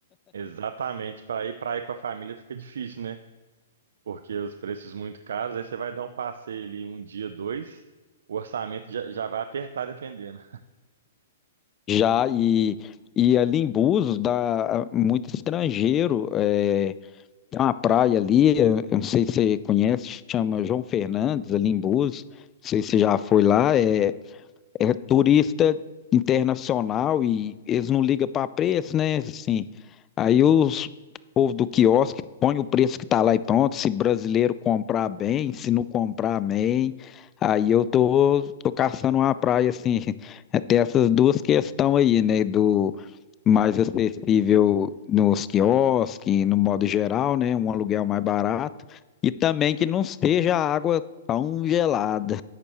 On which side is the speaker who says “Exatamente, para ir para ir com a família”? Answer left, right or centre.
Right